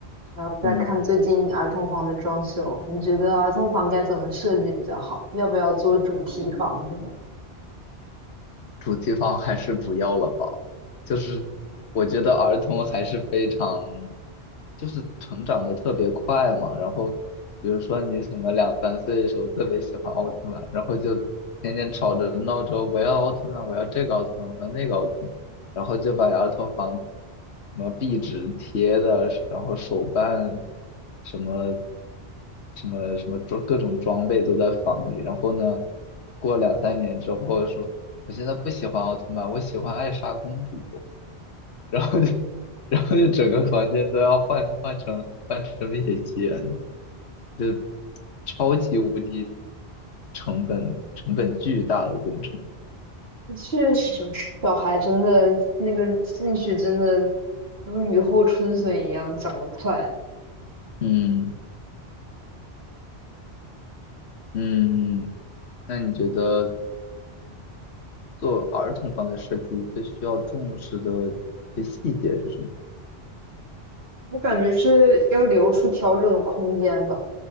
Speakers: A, on the right (about 70°); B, on the left (about 80°).
A: 然后再看最近儿童房的装修，
B: 嗯。
A: 你觉得儿童房该怎么设计比较好？要不要做主题房什么
B: 主题房还是不要了吧。就是我觉得儿童还是非常，就是成长的特别快嘛。然后比如说你什么两三岁的时候特别喜欢奥特曼，然后就天天吵着闹着我要奥特曼，我要这个奥特曼，我要那个奥特曼，然后就把儿童房什么壁纸贴的，然后手办什么什么什么装各种装备都在房里。然后呢，过两三年之后说。我现在不喜欢奥特曼，我喜欢艾莎公主。然后就 <laughs>，然后就整个房间都要换换成换成《冰雪奇缘》，就超级无敌成本成本巨大的工程。
A: 的确实，小孩真的那个兴趣真的如雨后春笋一样长得快。
B: 嗯嗯，那你觉得做儿童房的设计最需要重视的一些细节是什么？
A: 我感觉是要留出调整的空间吧。